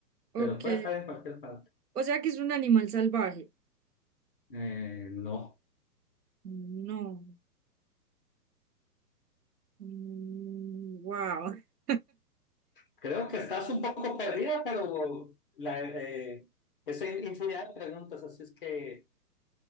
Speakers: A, on the right; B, on the left.
A: Ok.
B: Pero puede estar en cualquier parte.
A: O sea que es un animal salvaje.
B: Eh, no.
A: No. wow. <laughs>
B: Creo que estás un poco perdida, pero la, eh, eso es infinidad de preguntas, así es que